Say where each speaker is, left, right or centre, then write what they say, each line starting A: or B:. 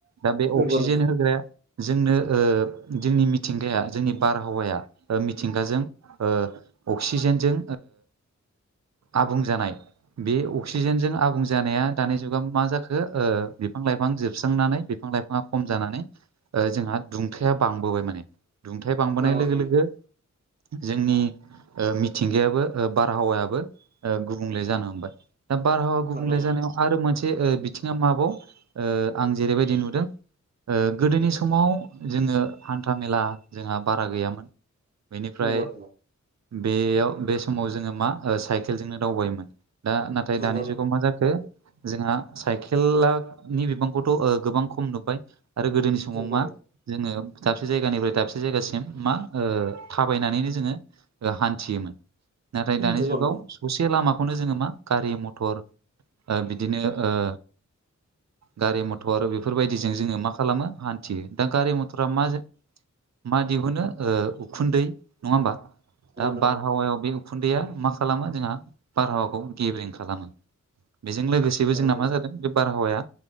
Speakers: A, on the right; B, on the right.
A: दा बे
B: नंगौ
A: अक्सिजेन
B: नंगौ
A: होग्राया जोंनो ओ जोंनि मिथिंगाया जोंनि बारहावाया ओ मिथिंगाजों ओ अक्सिजेनजों आबुं जानाय। बे अक्सिजेनजों आबुं जानाया दानि जुगाव जाखो ओ बिफां लाइफां जोबस्रांनानै बि फां लाइफाङा खम जानानै जोंहा दुंथाया बांबोबाय माने। दुंथाय बांबोनाय
B: नंगौ
A: लोगो
B: नंगौ
A: लोगो जोंनि ओ मिथिंगायाबो बारहावायाबो ओ‌ गुबुंले जानो हमबाय। दा बारहावा गुबुंले
B: नंगौ
A: जानायाव आरो मोनसे ओ‌ बिथिङा माबाव ओ‌ आं जेरैबायदि नुदों ओ‌ गोदोनि समाव जोङो हान्था मेला जोंहा बारा गैयामोन। बेनिफ्राय
B: नंगौ नंगौ
A: बेयाव बे समाव जोङो मा ओ‌ साइकेलजोंनो दावबायोमोन दा नाथ थाय
B: नंगौ
A: दानि
B: नंगौ
A: जुगाव मा जाखो जोंहा साइकेलानि बिबांखौथ ओ‌ गोबां खम नुबाय आरो गोदोनि समाव
B: नंगौ
A: मा
B: नंगौ
A: जोङो दाबसे जायगानिफ्राय दाबसे जायगासिम मा ओ‌ थाबायनानैनो जोङो हान्थियोमोन नाथाय दानि
B: नंगौ
A: जुगाव
B: नंगौ
A: दसे लामाखौनो जोङो मा गारि मथर ओ बिदिनो ओ गारि मथर बेफोरबायदिजों जोङो मा खालामो हान्थियो दा गारि मथरा मा मा दिहुनो ओ‌ उखुन्दै नङा होमबा दा
B: नंगौ
A: बारहावायाव
B: नंगौ
A: बे उखुन्दैआ मा खालामा जोंहख बारहावाखौ गेब्रें खालामो लोगोसे बेबो
B: नंगौ
A: जोंना मा जादों बे बारहावाया